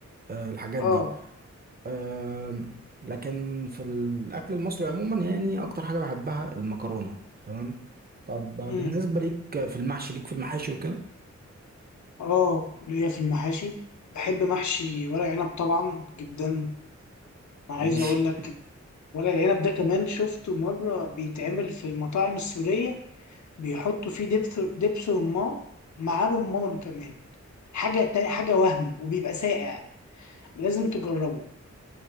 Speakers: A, on the right; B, on the left.
A: آه الحاجات
B: اه
A: دي آم، لكن في الأكل المصري عموما يعني أكتر حاجة بحبها المكرونة تمام طب بالنسبة
B: امم
A: ليك في المحشي ليك في المحاشي وكده
B: اه ليا في المحاشي بحب محشي ورق عنب طبعا جدا انا
A: ماشي
B: عايز اقول لك ورق العنب ده كمان شفته مرة بيتعمل في المطاعم السورية بيحطوا فيه دبس دبس رمان مع رمان كمان حاجة تا- حاجة وهم وبيبقى ساقع لازم تجربه